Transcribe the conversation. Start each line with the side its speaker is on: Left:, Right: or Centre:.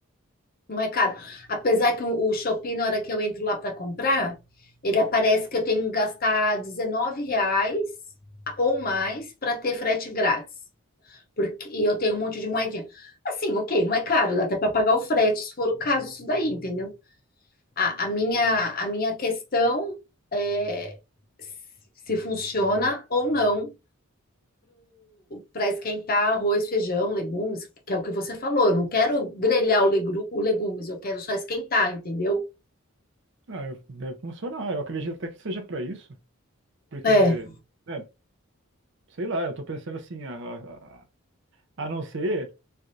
Left: não é caro. Apesar que o, o Shopee, na hora que eu entro lá para comprar, ele aparece que eu tenho que gastar 19 reais ou mais para ter frete grátis. Porque e eu tenho um monte de moedinha. Assim, ok, não é caro, dá até para pagar o frete, se for o caso, isso daí, entendeu? A, a minha, a minha questão é se funciona ou não para esquentar arroz, feijão, legumes, que é o que você falou. Eu não quero grelhar o, legru, o legumes, eu quero só esquentar, entendeu?
Right: Ah, eu- deve funcionar. Eu acredito até que seja para isso, porque,
Left: É,
Right: né, sei lá, eu tô pensando assim, a, a, a a não ser.